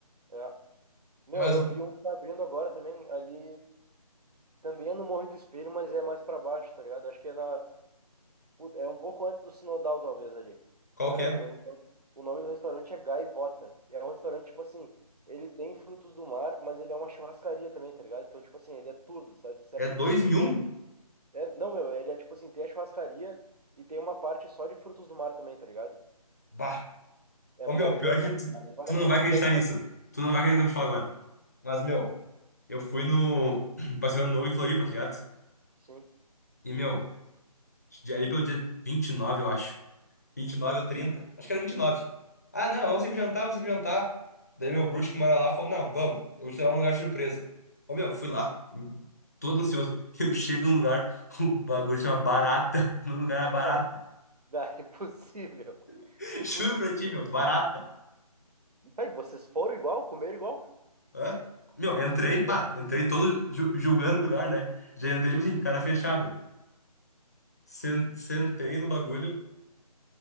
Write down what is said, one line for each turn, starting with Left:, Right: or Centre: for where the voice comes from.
Right: É. Meu,
Left: mas
Right: eu vi um que tá abrindo agora também, ali, também é no Morro do Espelho, mas é mais pra baixo, tá ligado? Acho que é na, Puta, É um pouco antes do Sinodal, talvez, ali.
Left: qual
Right: Cara,
Left: que é?
Right: o o nome do restaurante é Gaivota. É um restaurante, tipo assim, ele tem frutos do mar, mas ele é uma churrascaria também, tá ligado? Então, tipo assim, ele é tudo, serve, serve
Left: É dois
Right: tudo.
Left: em um?
Right: É, não, meu, ele é tipo assim, tem a churrascaria e tem uma parte só de frutos do mar também, tá ligado?
Left: Bah!
Right: É,
Left: Ô,
Right: mu-
Left: meu,
Right: ali
Left: pior
Right: é bom,
Left: que tu,
Right: ali vale
Left: tu
Right: a
Left: não
Right: pena.
Left: vai acreditar
Right: E ali
Left: nisso.
Right: é...
Left: Tu não vai acreditar no que eu vou te falo agora. Mas, meu, eu fui no <clears throat> Passeio Ano Novo em Floripa, tá ligado?
Right: Sim.
Left: E, meu, ali pelo dia vinte e nove eu acho. vinte e nove ou trinta Acho que era vinte e nove Ah, não, vamos sempre jantar, vamos sempre jantar. Daí meu bruxo que mora lá falou, não, vamos, eu vou te levar num lugar surpresa. Ô, meu, fui lá, todo ansioso. <laughs> Eu chego num lugar, o bagulho chama Barata. <laughs> O nome do lugar era Barata.
Right: Cara, dá, <laughs> impossível.
Left: <laughs>
Right: Impossível.
Left: Juro pra ti, meu, Barata.
Right: Tá, e vocês foram igual, comeram igual?
Left: Hã? Meu, entrei,
Right: Eu-
Left: pá,
Right: eu-
Left: entrei todo ju- julgando o lugar, né? Já entrei,
Right: Sim.
Left: tipo assim, de cara fechada. Sen- Sentei no bagulho,